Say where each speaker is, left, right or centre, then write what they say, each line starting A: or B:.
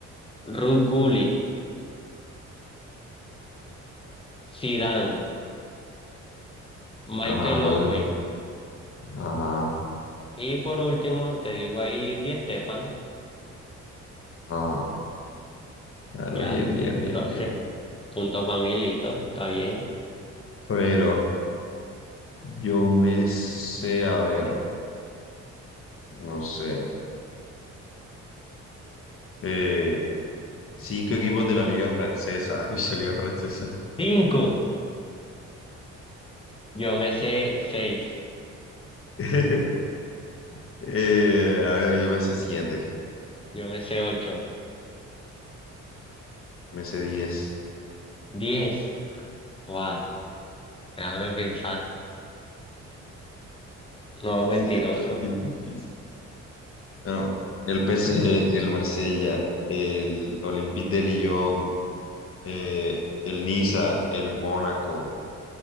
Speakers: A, on the left; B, on the left.
A: Ruud Gullit, Zidane, Michael
B: Ajá, ¿cuál
A: Owen
B: es? Ajá,
A: y por último te digo ahí Di Stéfano.
B: ajá. Ah,
A: Ya,
B: no, bien, bien, bien,
A: doce
B: bien.
A: Punto para mí, listo. Está bien.
B: Pero yo me sé, a ver, no sé, eh, cinco equipos de la Liga Francesa. <laughs> Uy, la Liga Francesa.
A: cinco Yo me sé seis
B: <laughs> Eh, a ver, yo me sé siete,
A: Yo me sé ocho
B: me sé diez.
A: diez Wow. Déjame pensar. No, mentiroso.
B: Sí, está bien difícil. Bueno, el PSG, el Marsella, el Olympique de Lyon, eh, el Niza, el Mónaco,